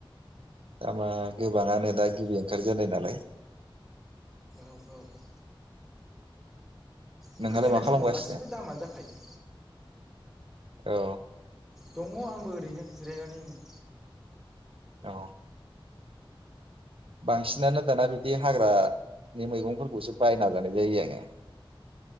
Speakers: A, on the right (about 80°); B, in the centre.
A: दामा गोबाङानो दा गिबि ओंखारजेननाय नालाय।
B: औ औ औ। ओंखारजेननाय
A: नोंहालाय मा खालामगासिनो
B: समाव गासिबो दामानो जाखायो।
A: औ
B: दङ आंबो ओरैनो जिरायनानै नै।
A: औ बांसिनानो दाना बिदि हाग्रानि मैगंफोरखौसो बायना जानाय जायो आङो।